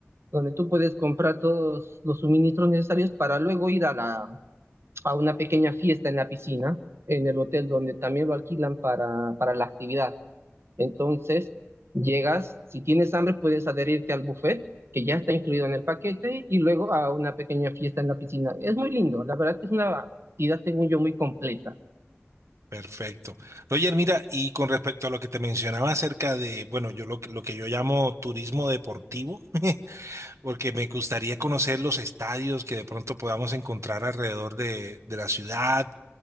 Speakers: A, on the right (about 65°); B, on the right (about 85°).
A: donde tú puedes comprar todos los suministros necesarios para luego ir a la, a una pequeña fiesta en la piscina, en el hotel donde también lo alquilan para, para la actividad. Entonces, llegas, si tienes hambre, puedes adherirte al buffet, que ya está incluido en el paquete, y luego a una pequeña fiesta en la piscina. Es muy lindo, la verdad que es una actividad, según yo, muy completa.
B: Perfecto. Roger, mira, y con respecto a lo que te mencionaba acerca de, bueno, yo lo, que- lo que yo llamo turismo deportivo, <laughs> porque me gustaría conocer los estadios que de pronto podamos encontrar alrededor de, de la ciudad,